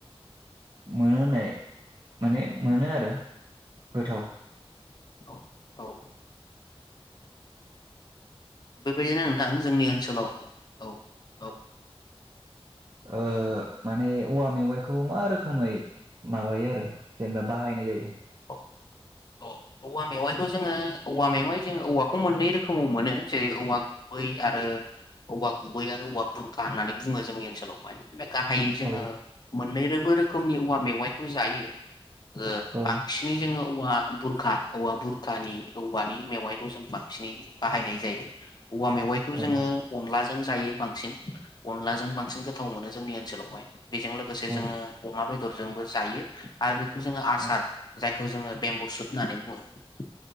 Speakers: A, on the right; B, on the left.
A: मोनो होननाय माने मोनो आरो गोथाव
B: औ औ बेबायदिनो नोंथां जोंनि ओनसोलाव औ औ
A: ओ माने औवा मेवाइखौ मा रोखोमै माबायो आरो जेनबा बाहायनाय जायो
B: <inaudible> औवा मेवाइखौ जोङो औवा मेवाय जोङो औवाखौ मोननै रोखोमाव मोनो जेरै औवा गुबै आरो औवा गुबै आरो औवा बुरखा होननानै बुङो जोंनि ओनसोलावहाय बे गाहायै जोङो
A: औ
B: मोननै रोबो रोखोमनि औवा मेवाइखौ जायो ओ
A: ओं
B: बांसिनै जोङो औवा बुरखा औवा बुरखानि औवानि मेवाइखौ जों बांसिनै बाहायनाय जायो औवा मेवाइखौ
A: ओं
B: जोंङो अनला जों जायो बांसिन अनलाजों बांसिन गोथाव मोनो जोंनि ओनसोलावहाय बेजों लोगोसे
A: औ
B: जोङो अमा बेदरजोंबो जायो आरो बेखौ जोङो आसार
A: औ
B: जाय खौ जोंङो बेम्बु सुद होननानै बुङो